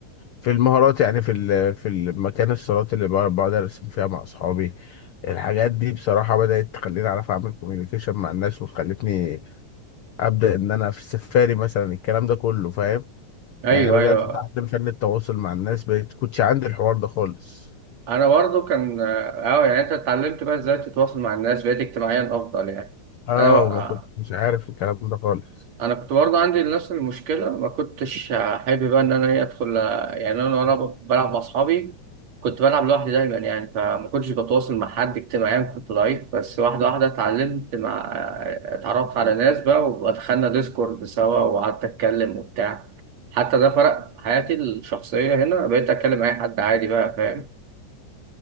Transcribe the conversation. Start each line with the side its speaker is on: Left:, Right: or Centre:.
Left: في المهارات يعني في ال في المكان الصالات اللي بقعد بقعد ارسم فيها مع اصحابي الحاجات دي بصراحة بدأت تخليني أعرف أعمل كوميونيكيشن مع الناس وخلتني ابدا ان انا في السفاري مثلا الكلام ده كله فاهم
Right: ايوه
Left: يعني بدات
Right: ايوه
Left: اتعلم فن التواصل مع الناس بقيت كنتش عندي الحوار ده خالص
Right: انا برضو كان اه يعني انت اتعلمت بقى ازاي تتواصل مع الناس بقيت اجتماعيا افضل يعني
Left: اه
Right: انا بقى
Left: ما كنتش عارف الكلام ده خالص
Right: انا كنت برضو عندي نفس المشكله ما كنتش آه، حابب بقى ان انا ايه ادخل آه، يعني انا وانا بلعب مع اصحابي كنت بلعب لوحدي دايما يعني فما كنتش بتواصل مع حد اجتماعيا كنت ضعيف بس واحده واحده اتعلمت مع آه، اتعرفت على ناس بقى ودخلنا ديسكورد سوا وقعدت اتكلم وبتاع حتى ده فرق في حياتي الشخصيه هنا بقيت اتكلم مع اي حد عادي بقى فاهم